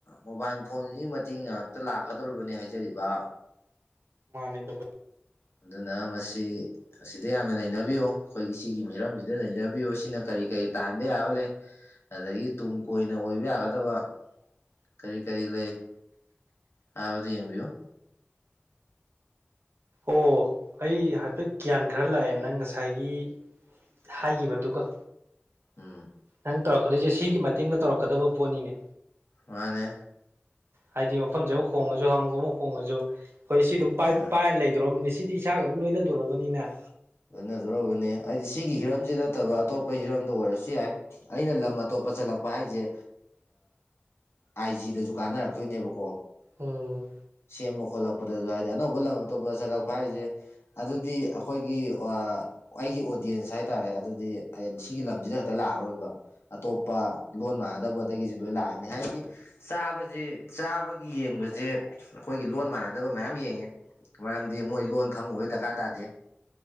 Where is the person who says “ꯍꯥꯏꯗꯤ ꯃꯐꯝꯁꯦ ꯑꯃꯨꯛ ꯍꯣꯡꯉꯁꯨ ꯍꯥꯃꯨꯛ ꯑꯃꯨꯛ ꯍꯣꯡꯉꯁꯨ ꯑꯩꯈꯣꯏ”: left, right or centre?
Right